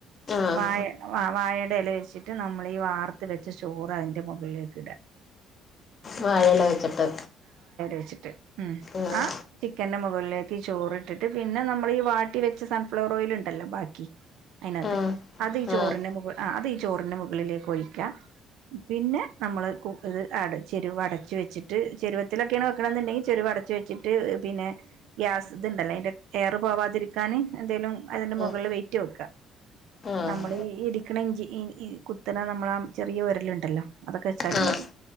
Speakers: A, on the left (about 45°); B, on the right (about 75°).
A: ആഹ്
B: വായ വ വാഴയുടെ ഇല വെച്ചിട്ട് നമ്മൾീഈ വാർത്ത് വെച്ച ചോറ് അതിന്റെ മുകളിലേക്ക് ഇടാ <inaudible>
A: വാഴയില വെച്ചിട്ട്
B: വെച്ചിട്ട് ഉം
A: ആഹ്
B: ആ ചിക്കന്റെ മുകളിലേക്ക് ചോറിട്ടിട്ട് പിന്നെ നമ്മൾ ഈ വാട്ടി വെച്ച് സൺഫ്ലവർ ഓയിൽ ഉണ്ടല്ലോ ബാക്കി അതിനകത്ത്
A: ആഹ്
B: അത് ഈ ചോറിന്റെ
A: ആഹ്
B: മ അത് ഈ ചോറിന്റെ മുകളിലേക്ക് ഒഴിക്കാ പിന്നെ നമ്മള് ഇത് അ ചെരുവ അടച്ചു വെച്ചിട്ട് ചെരുവത്തിലൊക്കെയാണ് ക്കണം എന്നുണ്ടെങ്കിൽ ചചെരുവം അടച്ചുച്ച വെച്ചിട്ട് പിന്നെ ഗ്യാസ് ഇതുണ്ടല്ലോ അതിന്റെ എയറ് പോവാതിരിക്കാൻ എന്തേലും അതിന്റെ മുകളില്
A: ആഹ്
B: വെയിറ്റ് വെക്ക
A: ആഹ്
B: നമ്മൾഇടിക്കണ ഇഞ്ചി കുത്തണ നമ്മള ആ ചെറിയ ഒരലുണ്ടല്ലോ അതൊക്കെ വെച്ചാലും
A: ആഹ്
B: മതി